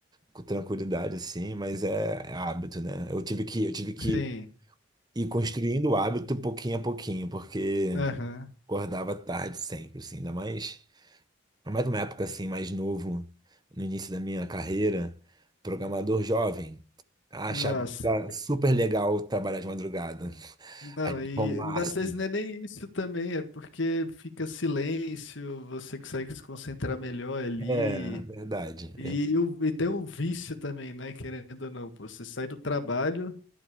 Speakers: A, on the right; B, on the left.
A: com tranquilidade assim, mas é, é hábito, né? Eu tive que eu tive que
B: Sim,
A: ir construindo o hábito pouquinho a pouquinho, porque
B: aham.
A: acordava tarde sempre, assim, ainda mais, ainda mais numa época assim mais novo, no início da minha carreira, programador jovem. Achava
B: Nossa,
A: que era super legal trabalhar de madrugada.
B: Não,
A: Achava
B: e
A: o máximo.
B: às vezes não é nem isso também, é porque fica silêncio, você consegue se concentrar melhor ali.
A: É, verdade. verdade.
B: E, o- e tem o vício também, né? Querendo ou não, pô, você sai do trabalho